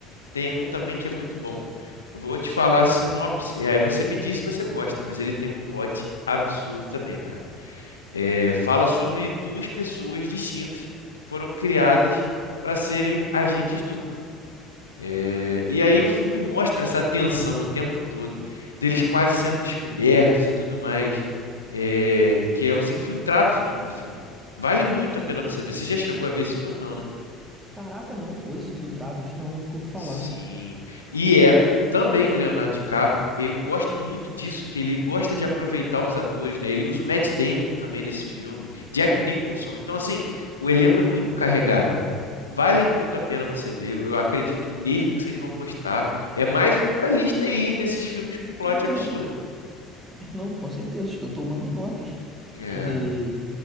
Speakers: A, on the left; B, on the right.
A: tem um também que é muito bom. Eu vou te falar a sinopse, e aí você me diz se você gosta, mas ele tem um plot absurdo também, cara. É, fala sobre duas pessoas distintas que foram criadas para serem agentes duplos é, e aí o filme mostra essa tensão o tempo todo, deles quase sendo descobertos e tudo mais, é, que é Os Infiltrados, o nome do filme. Vale muito a pena você ver. Você já chegou a ver esse filme, não, né?
B: Caraca, não. Os Infiltrados? Não, nunca ouvi falar.
A: Sim. E é com também o Leonardo DiCaprio. Eu gosto muito disso, que ele gosta de aproveitar os atores, né? Ele usa o Matt Damon também nesse filme, Jack Nicholson. Então, assim, o elenco é muito carregado. Vale muito a pena você ver. Eu acredito mesmo que vocês vão gostar. É mais um pra lista aí desses filmes com
B: <laughs>
A: plot absurdo.
B: É, é, não, com certeza. Estou tomando notas.
A: É,
B: Que